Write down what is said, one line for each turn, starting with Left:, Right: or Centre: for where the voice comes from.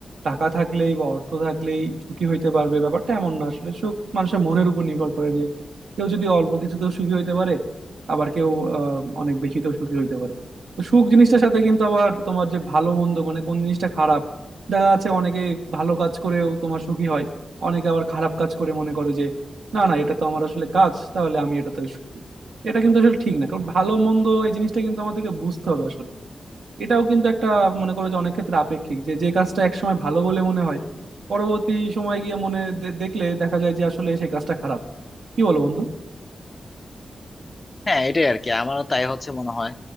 Right: টাকা থাকলেই বা অর্থ থাকলেই সুখী হইতে পারবে ব্যাপারটা এমন না আসলে সুখ মানুষের মনের উপর নির্ভর করে যে কেউ যদি অল্প কিছুতেও সুখী হইতে পারে আবার কেউ আহ, অনেক বেশিতেও সুখী হইতে পারে তো সুখ জিনিসটার সাথে কিন্তু আবার তোমার যে ভালো মন্দ মানে কোন জিনিসটা খারাপ দেখা যাচ্ছে অনেকে ভালো কাজ করেও তোমার সুখী হয় অনেকে আবার খারাপ কাজ করে মনে করে যে না না এটা তো আমার আসলে কাজ তাহলে আমি এটাতে সুখী এটা কিন্তু আসলে ঠিক না কারণ ভালো মন্দ এই জিনিসটা কিন্তু আমাদেরকে বুঝতে হবে আসলে এটাও কিন্তু একটা মনে করো যে অনেক ক্ষেত্রে আপেক্ষিক যে যে কাজটা একসময় ভালো বলে মনে হয় পরবর্তী সময় গিয়ে মনে দে- দেখলে দেখা যায় যে আসলে সেই কাজটা খারাপ কি বলো বন্ধু
Left: হ্যাঁ এটাই আর কি আমারও তাই হচ্ছে মনে হয়